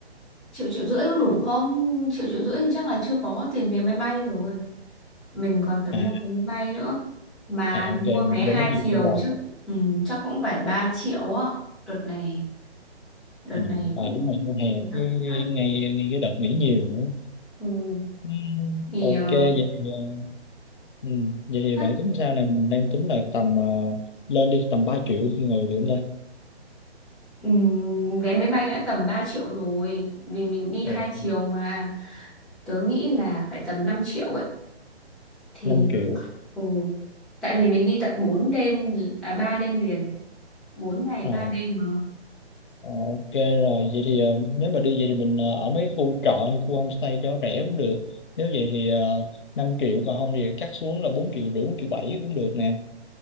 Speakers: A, in the centre; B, on the left.
A: Triệu triệu rưỡi có đủ không? Triệu triệu rưỡi thì chắc là chưa có tiền vé máy bay rồi. mình còn phải
B: à,
A: mua vé máy bay nữa mà
B: à ok mình
A: mua vé hai
B: quên mất
A: chiều
B: vụ trong đầu
A: chắc ừ, chắc cũng phải 3 triệu á đợt này đợt
B: ừ,
A: này cũng
B: à đúng rồi con hè
A: nó
B: cái
A: cũng
B: ngay
A: thắt
B: ngay ngay cái đợt nghỉ nhiều nữa
A: ừ,
B: ừ,
A: thì
B: ok
A: ờ,
B: vậy thì ờ, ừ, vậy thì
A: chắc
B: bạn tính sao nè mình đang tính là tầm ờ, lên đi tầm 3 triệu người được không ta
A: ừ, vé máy bay đã tầm 3 triệu rồi vì mình đi
B: Ồ,
A: hai chiều mà tớ nghĩ là phải tầm 5 triệu ấy thì
B: 5 triệu
A: ờ, ừ, tại vì mình đi tận bốn đêm à 3 đêm liền bốn ngày
B: ờ
A: ba đêm mà
B: Ờ, Ok rồi, vậy thì ờ, nếu mà đi vậy thì mình ờ, ở mấy khu trọ hay khu homestay cho rẻ cũng được. Nếu vậy thì uh, 5 triệu còn không thì cắt xuống là 4 triệu rưỡi, 4 triệu 7 cũng được nè.